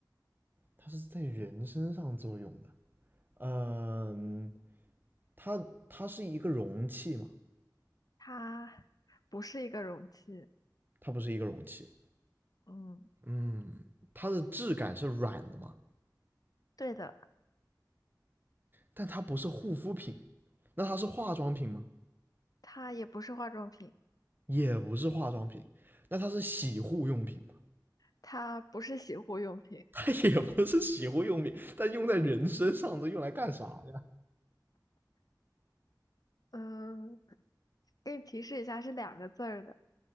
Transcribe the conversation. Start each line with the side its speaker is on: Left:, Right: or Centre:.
Right: 它是在人身上作用的。嗯，呃它它是一个容器嘛，
Left: 它不是一个容器，
Right: 它不是一个容器，
Left: 嗯，
Right: 嗯，它的质感是软的嘛，
Left: 对的，
Right: 但它不是护肤品，那它是化妆品吗？
Left: 它也不是化妆品，
Right: 也不是化妆品，那它是洗护用品吗？
Left: 它不是洗护用品，
Right: <laughs> 它也不是洗护用品，但用在人身上，的用来干啥呀？
Left: 嗯，给你提示一下，是两个字儿的，